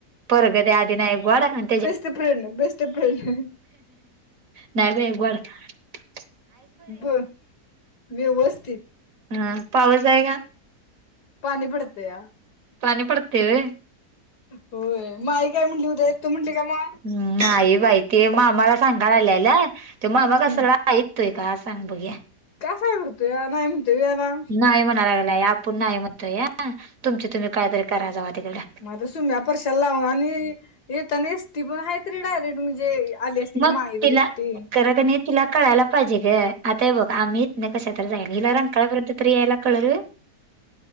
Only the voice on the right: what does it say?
पोरग त्या आधी नाही गोड आणि
नाय बाइ. <unintelligible>
हां पाऊसय का?
पाणी पडतय वय.
हम् नाही बाई ते मामाला सांगाय आल्याला ते मामा
कसलाय तोका सांग बगुया?
नाय म्हणाय लागलाय आपुन नाय म्हणतोया, तुमचं तुम्ही कायतरी करा जावा तिकडं.
मग
तिला
<unintelligible> तिला कळायला पाहिजे गं. आता हे बघ आम्ही इतनं कशातर जाईल हिला रंकाळ्यापर्यंत तरी यायला कळल वय. <inaudible>